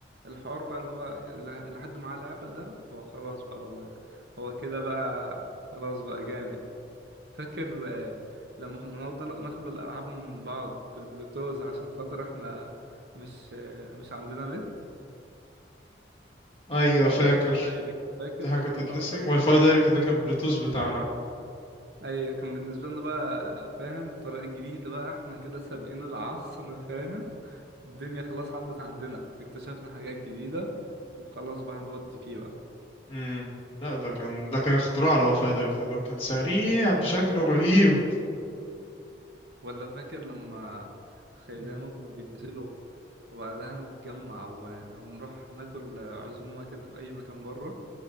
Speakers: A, on the right; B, on the left.
A: الحوار بقى اللي هو ل- اللي حد معاه لعبه ده هو خلاص بقى هو هو كده بقى خلاص بقى جامد فاكر آه، لما كنا نقعد نل- ناخد الالعاب من بعض بالبلوتوز عشان خاطر احنا مش آه، مش عندنا نت
B: ايوه
A: او
B: فاكر
A: واي فاي دايركت فاكر
B: دي حاجة
A: فاكر
B: تتنسي
A: الحوار ده
B: واي فاي دايركت ده كان بلوتوث بتاعنا
A: اي كان بالنسبه لنا بقى فاهم الطريقه الجديده بقى احنا كده سابقين العصر فاهم الدنيا خلاص عدت عندنا اكتشفنا حاجات جديده وخلاص بقى هنودي فيه بقى
B: امم لا ده كان ده كان اختراع الواي فاي دايركت ده كان سريع بشكل رهيب
A: ولا فاكر لما خيلانه
B: مم.
A: كانوا بينزلوا وبعدها نتجمع و... ونروح ناكل عزومه كده في اي مكان بره